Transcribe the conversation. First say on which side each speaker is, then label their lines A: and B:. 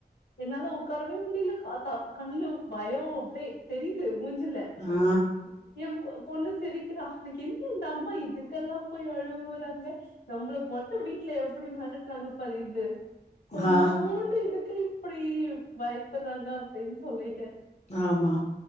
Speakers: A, on the left (about 75°); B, on the left (about 40°).
A: என்னால உட்காரவே முடியல காத்தா கண்ணுல பயம் அப்டியே தெரியுது மூஞ் சில
B: ஆ
A: எ பொ பொண்ணு சிரிக்கிறா உனக்கு என்ன இந்த அம்மா இதுக்கெல்லாம் போய் அழுவுறாங் க நம்ளுக்கு மட்டும் வீட்டுல எ அப்டி மெரட்றாங்க பாரு இது கொஞ்சோண்டு
B: ஆ
A: இதுக்கு அப்டி பயப்பட்றாங்க அப்டின்னு சொல்லிட்டு
B: ஆமா